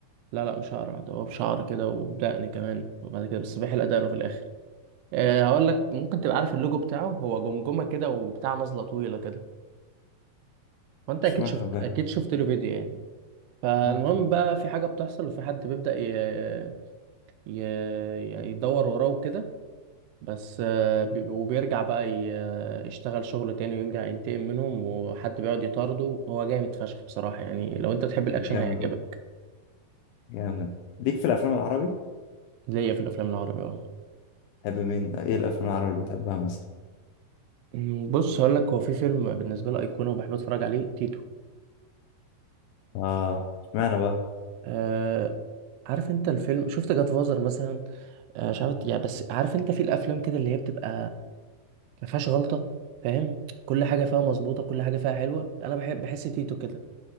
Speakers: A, on the right; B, on the left.
A: لا لا مش شعر ده هو بشعر كده وبدقن كمان وبعد كده بس بيحلق دقنه في الآخر أه هقول لك ممكن تبقى عارف اللوجو بتاعه هو جمجمة كده وبتاع نازلة طويلة كده فأنت
B: مش
A: أكيد
B: واخد
A: شفت
B: بالي
A: أكيد شفت له فيديو يعني فالمهم
B: ممكن
A: بقى في حاجة بتحصل وفي حد بيبدأ ي... ي... يعني يدور وراه وكده بس آه، بيب- وبيرجع بقى ي- آه، يشتغل شغل تاني ويرجع ينتقم منهم وحد بيقعد يطارده هو جامد فشخ بصراحة يعني لو انت تحب الاكشن
B: جامد
A: هيعجبك
B: والله جامد ليك في الأفلام العربي
A: ليا في الافلام العربية اه
B: تحب مين إيه الأفلام العربي اللي بتحبها مثلا
A: أمم، بص هقول لك هو في فيلم بالنسبة لي أيقونة وبحب أتفرج عليه تيتو
B: آه اشمعنى بقى
A: آه عارف أنت الفيلم شفت جاد فازر مثلا آه مش عارف يعني بس عارف أنت في الأفلام كده اللي هي بتبقى ما فيهاش غلطة فاهم كل حاجة فيها مظبوطة كل حاجة فيها حلوة أنا بحب بحس تيتو كده